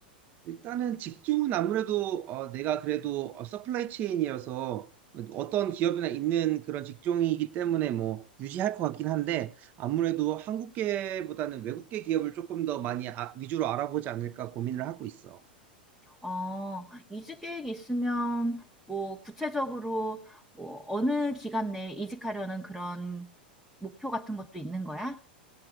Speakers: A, on the right; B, in the centre.
A: 일단은 직종은 아무래도 어, 내가 그래도 어, 서플라이 체인이어서 어떤 기업이나 있는 그런 직종이기 때문에 뭐 유지할 것 같긴 한데 아무래도 한국계보다는 외국계 기업을 조금 더 많이 아- 위주로 알아보지 않을까 고민을 하고 있어.
B: 어, 이직 계획 이 있으면 뭐 구체적으로 뭐 어느 기간 내에 이직하려는 그런 목표 같은 것도 있는 거야?